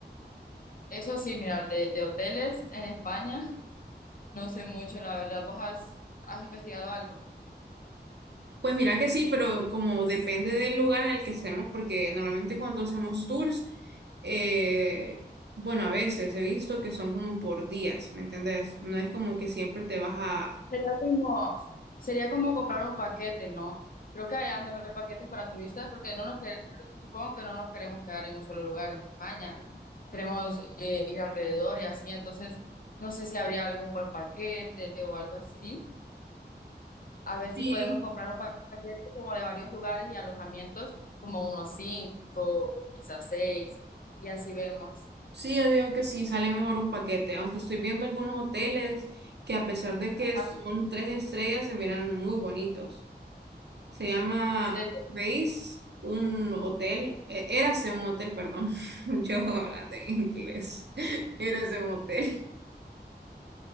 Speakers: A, on the left; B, on the right.
A: Eso sí, mira, de, de hoteles en España, no sé mucho, la verdad. ¿Vos has, has investigado algo?
B: Pues mira que sí, pero como depende del lugar en el que estemos, porque normalmente cuando hacemos tours, eh, bueno, a veces he visto que son como por días, ¿me entendés? No es como que siempre te vas a...
A: Sería como, sería como comprar un paquete, ¿no? Creo que hay han de haber paquetes para turistas porque no nos que- supongo que no nos queremos quedar en un solo lugar en España. Queremos eh, ir alrededor y así. Entonces, no sé si habría algún buen paquete o algo así. A ver
B: Sí.
A: si podemos comprar un pa- paquete como de varios lugares y alojamientos, como unos cinco, quizás seis, y así vemos.
B: Sí, yo digo que sí, sale mejor un paquete, aunque estoy viendo algunos hoteles que a pesar de que
A: Ajá,
B: son tres estrellas, se miran muy bonitos. Se llama
A: en serio.
B: Grace, un hotel, eh, Érase un hotel, perdón, <laughs> yo hablando en inglés, <laughs> Érase un hotel.